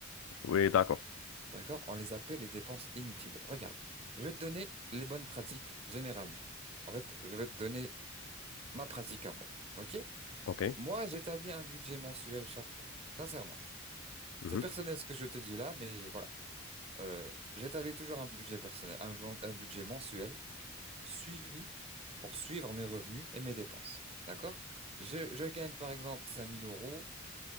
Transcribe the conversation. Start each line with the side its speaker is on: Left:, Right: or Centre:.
Left: oui, d'accord.
Right: D'accord? On les appelle les dépenses inutiles. Regarde, je vais te donner les bonnes pratiques généralement. En fait, je vais te donner ma pratique à moi. Ok?
Left: OK.
Right: Moi, j'établis un budget mensuel chaque mois, sincèrement.
Left: Mhm.
Right: C'est personnel ce que je te dis là, mais voilà. Euh, j'établis toujours un budget personnel, un, un budget mensuel suivi pour suivre mes revenus et mes dépenses. D'accord? Je, je gagne par exemple 5000 euros